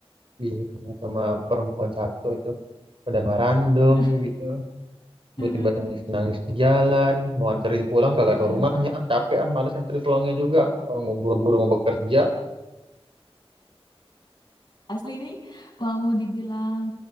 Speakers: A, on the right; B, on the left.
A: bingung ya sama perempuan satu itu pada mah random
B: <laughs>
A: gitu. Tiba-tiba
B: Heeh,
A: nangis-nangis di jalan, mau anterin pulang kagak
B: heeh.
A: tau rumahnya. Ah, capek ah, males anterin pulangnya juga. Orang mau buru-buru mau bekerja.
B: Asli ini mau dibilang